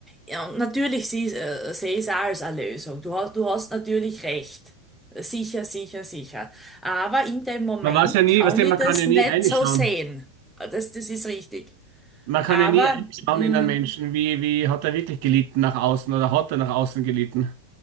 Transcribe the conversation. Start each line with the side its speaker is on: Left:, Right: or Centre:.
Centre: ja, und natürlich sie- äh, sehe ich es auch als eine Lösung. Du hast, du hast natürlich recht. Sicher, sicher, sicher. Aber in dem Moment
Right: Man weiß ja nie,
Centre: kann
Right: weißt du,
Centre: ich
Right: man
Centre: das
Right: kann ja
Centre: nicht
Right: nie reinschauen.
Centre: so sehen. Das, das ist richtig.
Right: Man kann
Centre: Aber,
Right: ja nie reinschauen
Centre: mh,
Right: in einen Menschen, wie, wie hat er wirklich gelitten nach außen oder hat er nach außen gelitten.